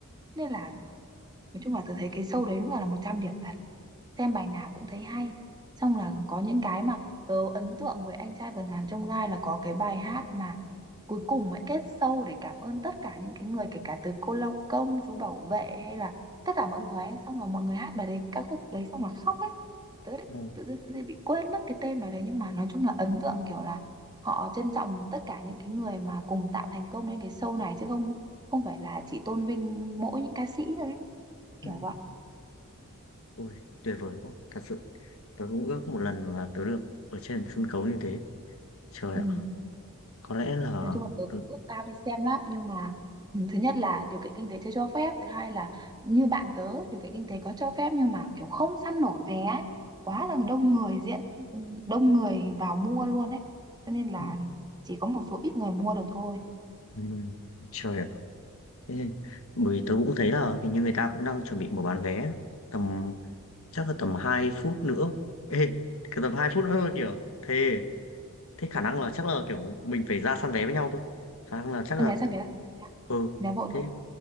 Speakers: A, on the right; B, on the left.
A: nên là nói chung là tôi thấy cái show đấy đúng là là 100 điểm thật xem bài nào cũng thấy hay xong là có những cái mà tớ ấn tượng với anh trai vượt ngàn chông gai là có cái bài hát mà cuối cùng mới kết show để cảm ơn tất cả những cái người kể cả từ cô lao công chú bảo vệ hay là tất cả mọi người ấy xong là mọi người hát bài đấy ca khúc đấy xong là khóc ấy tớ lại-
B: Ừ.
A: tự dưng tớ lại bị quên mất cái tên bài đấy nhưng mà nói chung là ấn tượng kiểu là họ trân trọng tất cả những cái người mà cùng tạo thành công lên cái show này chứ không không phải là chỉ tôn vinh mỗi những ca sĩ thôi kiểu
B: Ừ.
A: vậy
B: Ôi, tuyệt vời quá. Thật sự, tớ cũng ước một lần là tớ được ở trên sân khấu như thế. Trời
A: ừ
B: ạ, có lẽ là...
A: nói chung là tớ
B: Ừ.
A: cũng ước ao đi xem lắm nhưng mà ừ, thứ nhất là điều kiện kinh tế chưa cho phép thứ hai là như bạn tớ điều kiện kinh tế có cho phép nhưng mà kiểu không săn nổi vé ấy quá là đông người diễn ừ, đông người vào mua luôn ấy cho nên là
B: Ừ.
A: chỉ có một số ít người mua được thôi
B: ừ. Trời ạ. Thế, bởi vì tớ cũng thấy là hình như người ta cũng đang chuẩn bị mở bán vé. Tầm, chắc là tầm 2 phút nữa. Ê, cái tầm 2 phút nữa thôi kìa. Thế, thế khả năng là chắc là kiểu mình phải ra săn vé với nhau thôi. Khả năng là chắc
A: săn
B: là...
A: vé săn vé săn vé,
B: Ừ,
A: săn vé vội
B: thế,
A: rồi